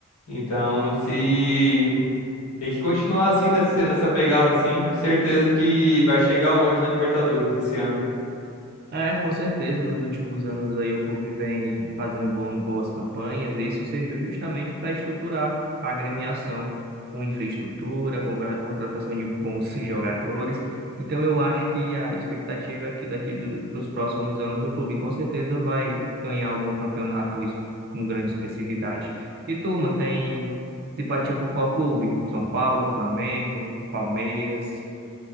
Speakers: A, on the left (about 90°); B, on the right (about 45°).
A: Então, se tem que continuar assim, nessa, nessa pegada assim, certeza que vai chegar longe na Libertadores esse ano.
B: É, com certeza, nos últimos anos aí o clube vem fazendo bo- boas campanhas e isso serviu justamente para estruturar a agremiação com infraestrutura, com a contratação de bons <laughs> jogadores. Então eu acho que a expectativa é que daqui do, dos próximos anos o clube com certeza vai ganhar algum campeonato es- com grande expressividade. E turma, tem simpatia por qual clube? São Paulo, Flamengo, Palmeiras,